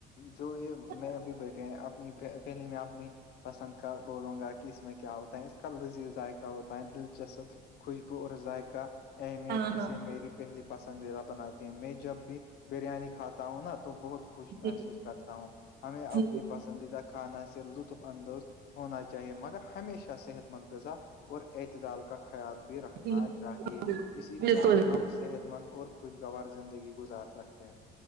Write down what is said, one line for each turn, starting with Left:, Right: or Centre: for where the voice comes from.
Left: جو یہ
Right: جی
Left: میں ابھی بیٹھے ہیں اب اپ پہلی میں اپنی پسند کا بولوں گا کہ اس میں کیا ہوتا ہے اس کا لذیذ ذائقہ ہوتا ہے دلچسپ خوشبو اور ذائقہ اہمیت
Right: ہاں
Left: اسے
Right: ہاں
Left: میری پہلی پسندیدہ بناتی ہیں میں جب بھی بریانی کھاتا ہوں نا تو بہت خوش محسوس
Right: جی
Left: کرتا ہوں ہمیں اپنی
Right: جی
Left: پسند پسندیدہ خانہ سے لطف اندوز ہونا چاہیے مگر ہمیشہ صحت مند غذا اور اعتدال کا خیال بھی رکھنا
Right: جی جی،
Left: چاہیے اسی
Right: بالکل
Left: طرح ہم صحت مند اور خوشگوار زندگی گزار سکتے ہیں